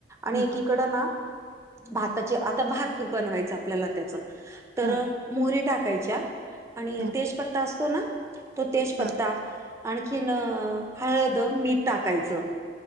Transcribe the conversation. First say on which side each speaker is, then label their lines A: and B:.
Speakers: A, on the right; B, on the right.
A: आणि
B: हम्म
A: एकीकड नां भाताचे आंता भातं बनवायचं आपल्यांला त्यांचं तरं
B: हा
A: मोहरी टाकायच्यां आणि
B: हा
A: तेजपत्ता असतो नां तो तेजपत्ता
B: हा
A: आंणखीन हळंद मीठ टाकायचं